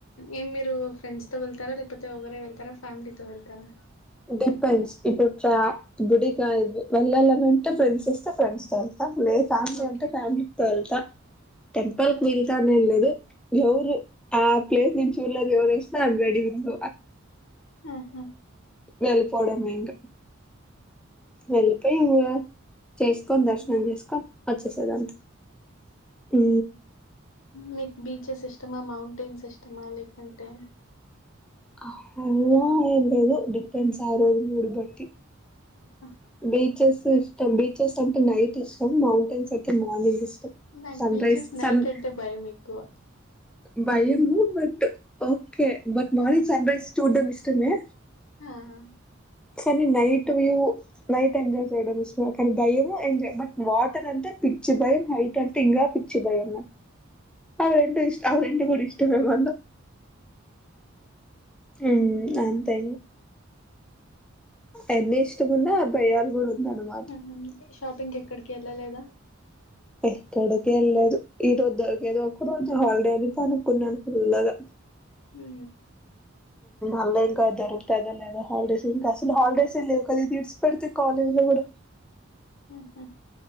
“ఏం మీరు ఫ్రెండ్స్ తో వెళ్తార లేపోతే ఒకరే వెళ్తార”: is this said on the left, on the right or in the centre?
Left